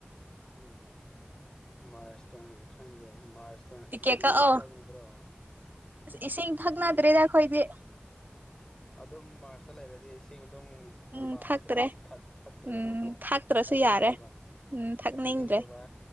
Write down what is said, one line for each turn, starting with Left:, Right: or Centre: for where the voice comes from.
Left: ꯎꯝ ꯃꯥꯔꯁꯇ ꯈꯪꯗꯦ ꯃꯥꯔꯁꯇ
Right: ꯇꯤꯛꯀꯦꯠ
Left: ꯏꯁꯤꯡꯒ
Right: ꯀꯛꯑꯣ
Left: ꯐꯪꯕ꯭ꯔꯣ
Right: ꯏꯁꯤꯡ ꯊꯛꯅꯗ꯭ꯔꯦꯗ ꯑꯈꯣꯏꯗꯤ
Left: ꯑꯗꯨꯝ ꯃꯥꯔꯁꯇ ꯂꯩꯔꯗꯤ ꯏꯁꯤꯡ ꯑꯗꯨꯝ
Right: ꯎꯝ
Left: ꯄꯥꯝꯗ꯭ꯔꯦ
Right: ꯊꯛꯇ꯭ꯔꯦ
Left: ꯊ ꯊꯛ ꯊꯛꯇ꯭ꯔꯦꯕꯀꯣ
Right: ꯎꯝ ꯊꯥꯛꯇ꯭ꯔꯁꯨ
Left: ꯊꯛꯅꯤꯡꯗꯕ
Right: ꯌꯥꯔꯦ ꯎꯝ ꯊꯛꯅꯤꯡꯗ꯭ꯔꯦ
Left: ꯊꯛꯅꯤꯡꯗꯕ